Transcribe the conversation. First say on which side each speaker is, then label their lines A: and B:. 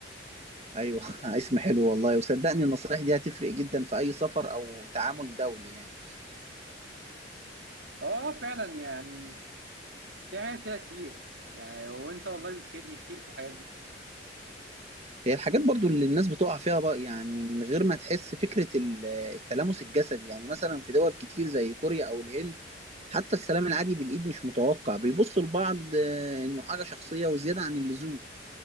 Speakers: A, on the right; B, on the right.
A: ايوه <laughs> اسم حلو والله وصدقني النصائح دي هتفرق جدا في اي سفر او تعامل دولي يعني
B: اه فعلا يعني في حاجات كده كتير يعني وانت والله بتفيدني كتير في الحاجات دي
A: هي الحاجات برضو اللي الناس بتقع فيها بقى يعني من غير ما تحس فكرة ال- آه، التلامس الجسدي يعني مثلا في دول كتير زي كوريا أو الهند حتى السلام العادي بالإيد مش متوقع بيبصوا لبعض آه، إنه حاجة شخصية وزيادة عن اللزوم